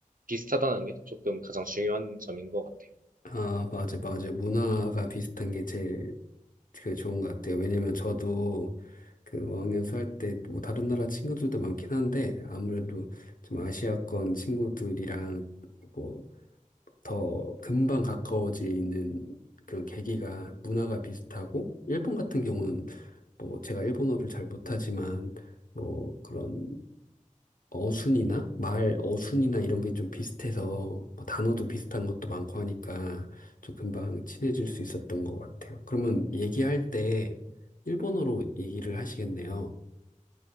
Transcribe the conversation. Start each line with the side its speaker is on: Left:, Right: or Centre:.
Right: 비슷하다는 게 조금 가장 중요한 점인 것 같아요.
Left: 아, 맞아, 맞아. 문화가 비슷한 게 제일 그 좋은 것 같아요. 왜냐면 저도 그 어학연수 할 때 뭐 다른 나라 친구들도 많긴 한데, 아무래도 좀 아시아권 친구들이랑 뭐 더 금방 가까워지는 그런 계기가 문화가 비슷하고, 일본 같은 경우는 뭐 제가 일본어를 잘 못하지만, 뭐 그런 어순이나 말 어순이나 이런 게 좀 비슷해서 뭐 단어도 비슷한 것도 많고 하니까 좀 금방 친해질 수 있었던 것 같아요. 그러면 얘기할 때 일본어로 얘기를 하시겠네요.